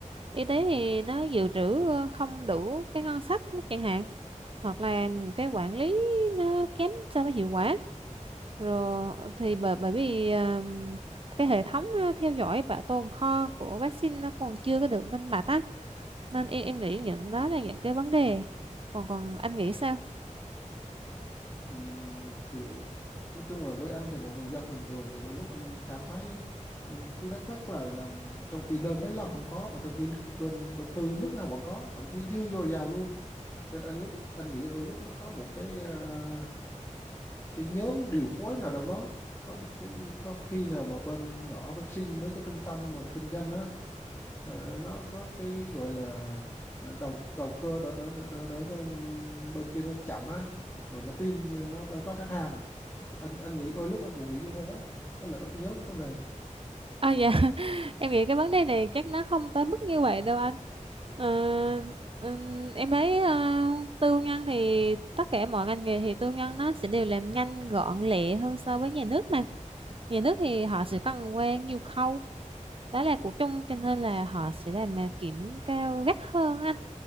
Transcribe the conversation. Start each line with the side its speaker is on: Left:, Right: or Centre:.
Right: y tế thì nó dự trữ ờ, không đủ cái ngân sách chẳng hạn hoặc là cái quản lý nó kém so với hiệu quả rồi thì bởi bởi vì um, cái hệ thống uh, theo dõi bảo tồn kho của vaccine nó còn chưa có được minh bạch á nên em em nghĩ những đó là những cái vấn đề còn còn anh nghĩ sao
Left: Ừm, thì nói chung là với anh thì một người dân bình thường thì đôi lúc anh cảm thấy ừ, cứ thắc mắc là làm trong khi lên mấy lần không có mà trong khi bên bên tư lúc nào vẫn có thậm chí dư dồi dào luôn nên anh lúc anh nghĩ đôi lúc nó có một cái à, cái nhóm điều phối nào trong đó có một cái có khi nào mà bên ngõ vaccine mấy cái trung tâm mà kinh doanh á Ờ, nó có cái gọi là ờ, đầu đầu cơ đỡ đỡ đỡ đỡ đỡ cho bên kia nó chậm á rồi nó tìm nó đỡ có khách hàng anh anh nghĩ đôi lúc anh cũng nghĩ như thế có lợi ức nhóm trong này
Right: à dạ <laughs> em nghĩ cái vấn đề này chắc nó không tới mức như vậy đâu anh Ờ,
Left: Ừ,
Right: ừm, em thấy ờ, tư nhân thì tất cả mọi ngành nghề thì tư nhân nó sẽ đều làm nhanh gọn lẹ hơn so với nhà nước mà nhà nước thì họ sẽ
Left: ừ,
Right: cần qua nhiều khâu đó là của chung cho nên là họ sẽ làm à, kiểm cao gắt hơn anh